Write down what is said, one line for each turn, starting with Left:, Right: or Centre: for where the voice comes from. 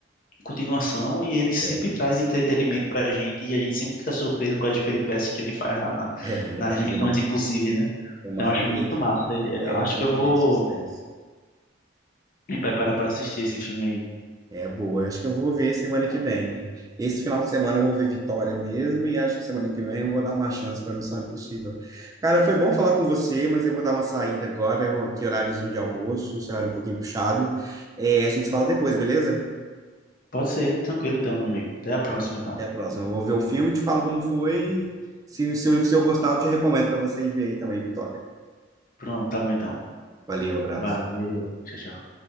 Left: continuação e ele sempre
Right: É,
Left: traz entretenimento pra gente e a gente sempre fica surpreso com as peripécias que ele faz lá na,
Right: é verdade.
Left: nas Missões
Right: É uma,
Left: Impossíveis, né?
Right: é uma
Left: Então,
Right: franquia
Left: eu acho muito
Right: de,
Left: massa. E, eh,
Right: é uma
Left: Acho
Right: franquia
Left: que eu vou
Right: de sucesso.
Left: me preparar pra assistir esse filme aí.
Right: É boa. Acho que eu vou ver semana que vem. Esse final de semana eu vou ver Vitória mesmo, e acho que semana que vem eu vou dar uma chance para Missão Impossível. Cara, foi bom falar com você, mas eu vou dar uma saída agora, Eu- aqui horáriozinho de almoço, esse horário um pouquinho puxado. É, a gente se fala depois, beleza?
Left: Pode ser, tranquilo então, meu amigo. Até a próxima, então.
Right: Até a próxima. Eu vou ver o filme, te falo como foi. Se, se, eu- se eu gostar, eu te recomendo para você ir ver aí também, Vitória.
Left: Pronto, tá bom então.
Right: Valeu, abraço.
Left: Valeu, tchau, tchau.